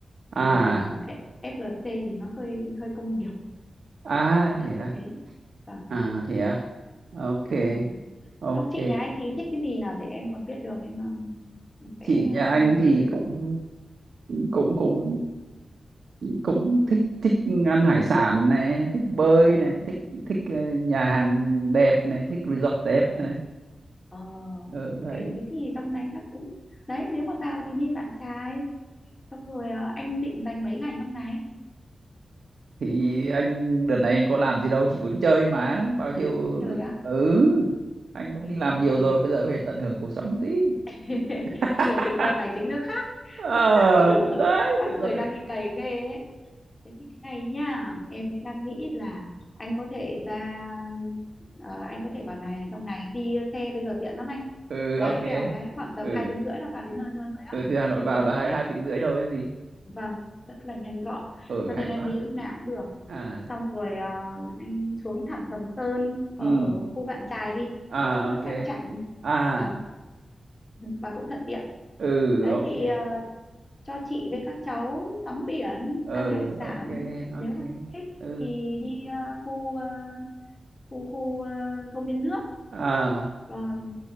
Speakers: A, on the right (about 80°); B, on the left (about 20°).
A: À,
B: Vì ờ, F- FLC thì nó hơi hơi công nghiệp,
A: à
B: nói thật
A: thế
B: là
A: à.
B: thế. Vâng,
A: À thế à. Ok,
B: đúng rồi.
A: ok.
B: Xong chị nhà anh thì thích cái gì nào để em còn biết đường em, ờ, em vẽ
A: Chị nhà
B: ờ,
A: anh
B: chương
A: thì
B: trình.
A: cũng cũng cũng cũng thích thích ăn hải sản này, thích bơi
B: <laughs>
A: này, thích thích ờ, nhà hàng đẹp này, thích resort đẹp
B: Ờ.
A: này.
B: Ờ,
A: Ừ,
B: ok
A: đấy.
B: thế thì trong này chắc cũng đấy nếu mà vào thì đi bạn trai xong rồi ờ, anh định dành mấy ngày trong này
A: thì anh đợt này anh có làm gì đâu chỉ có đi chơi mà bao nhiêu
B: trời ạ
A: ừ anh cũng
B: thế
A: đi làm nhiều
B: thì
A: rồi bây giờ phải tận hưởng cuộc sống tí
B: <laughs>
A: <laughs>
B: người tự do tài chính nó khác
A: Ờ,
B: nó khác <laughs>
A: đấy
B: các
A: tự do
B: người
A: đấy
B: đang bị cày ghê ấy thế thì thế này nhá em mới đang nghĩ là anh có thể ra ờ, anh có thể vào này trong này đi xe bây giờ tiện lắm anh
A: ừ
B: lái
A: ok
B: vèo cái khoảng tầm
A: ừ,
B: hai tiếng rưỡi là vào đến nơi luôn rồi ạ
A: ừ từ Hà Nội
B: đường
A: vào
B: cao
A: là
B: tốc
A: hai
B: hết
A: hai tiếng rưỡi thôi gì
B: vâng rất là nhanh gọn
A: ừ
B: cho nên
A: hay
B: anh
A: quá
B: đi lúc nào cũng được
A: à
B: xong rồi ờ, anh xuống thẳng Sầm Sơn ở
A: ừ
B: khu Vạn Chài đi
A: à
B: cho nó
A: ok
B: sang chảnh
A: à
B: và và cũng thuận tiện
A: ừ
B: đấy
A: ok
B: thì ờ, cho chị với các cháu tắm biển
A: ừ
B: ăn hải sản
A: ok ok
B: nếu mà thích
A: ừ
B: thì đi ờ, khu ờ, khu khu ờ, công viên nước
A: à
B: còn